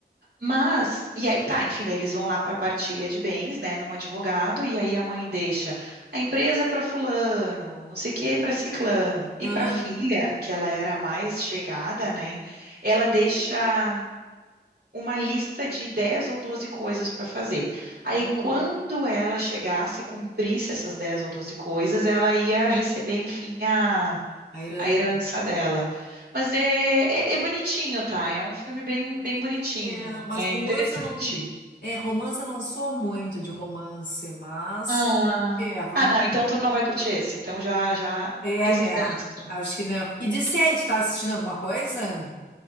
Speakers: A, on the right; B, on the left.
A: Mas, e aí, tá, enfim, daí eles vão lá para a partilha de bens, né, num advogado, e aí a mãe deixa a empresa para fulano, não sei o que para ciclano, e
B: ah,
A: para filha, que ela era a mais chegada, né, ela deixa uma lista de 10 ou 12 coisas para fazer. Aí,
B: ah,
A: quando
B: ah.
A: ela chegasse e cumprisse essas 10 ou 12 coisas, ela ia receber, enfim, a
B: A herança.
A: a herança dela. Mas é, é, é bonitinho, tá? É um filme bem,
B: É,
A: bem bonitinho.
B: que tem- mas
A: É
B: romance
A: interessante.
B: eu não. É, romance eu não sou muito de romance, mas.
A: Ah,
B: É, vamos-
A: ah, não, então tu não vai curtir esse. Então já, já
B: é,
A: risca
B: né?
A: da lista.
B: Acho que não. E de série, tu tá assistindo alguma coisa?